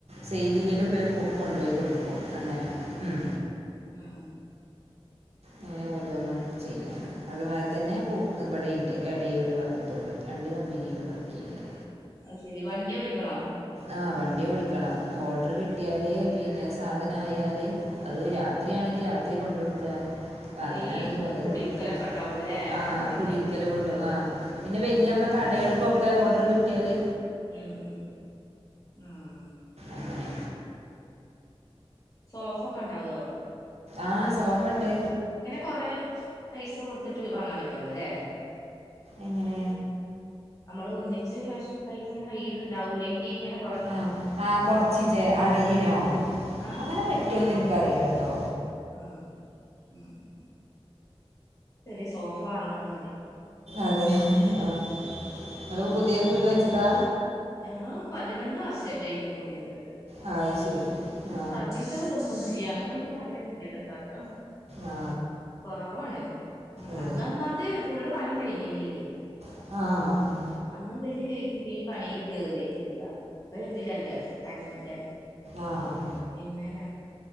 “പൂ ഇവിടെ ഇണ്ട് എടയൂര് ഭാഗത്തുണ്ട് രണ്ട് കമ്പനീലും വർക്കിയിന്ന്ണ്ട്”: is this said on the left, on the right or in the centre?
Right